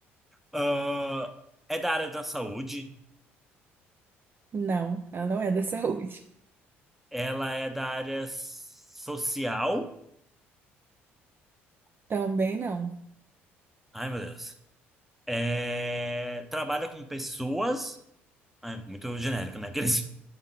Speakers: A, in the centre; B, on the right (about 35°).
A: Ahn, é da área da saúde,
B: Não, ela não é da saúde.
A: ela é da área social.
B: <laughs> Também não.
A: Ai, meu Deus. É, trabalha com pessoas. Ai, muito genérico, né? Aqueles...